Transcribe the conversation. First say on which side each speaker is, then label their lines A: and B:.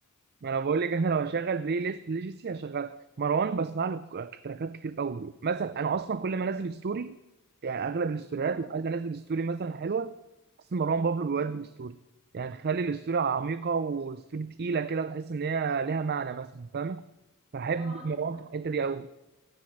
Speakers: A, on the right; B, on the right.
A: ما انا بقول لك احنا لو هشغل بلاي ليست ليجاسي هشغل مروان بسمع له ك- تراكات كتير قوي مثلا انا اصلا كل ما انزل ستوري يعني اغلب الستوريات
B: اه
A: اللي عايز انزل ستوري مثلا حلوه بس مروان بابلو بيودي
B: مم.
A: الستوري يعني خلي الستوري عميقه وستوري تقيله كده تحس ان هي ليها معنى مثلا فاهمه فحب
B: اه عندك
A: مروان
B: حق.
A: في الحته دي قوي